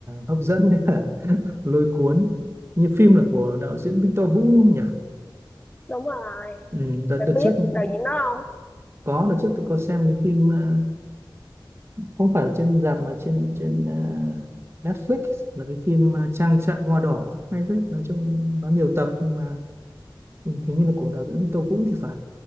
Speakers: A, on the right; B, on the left.
A: hấp dẫn với cả <laughs> lôi cuốn như phim là của đạo diễn Victor Vũ đúng không nhỉ
B: đúng rồi
A: ừ, đợt đợt
B: bạn biết
A: trước mình
B: đạo diễn đó không
A: có đợt trước tôi có xem cái phim à, không phải là trên rạp mà trên trên à, Netflix là cái phim à, Trang trại hoa đỏ hay phết nói chung nó nhiều tập nhưng mà ừ, hình như là của đạo diễn Victor Vũ thì phải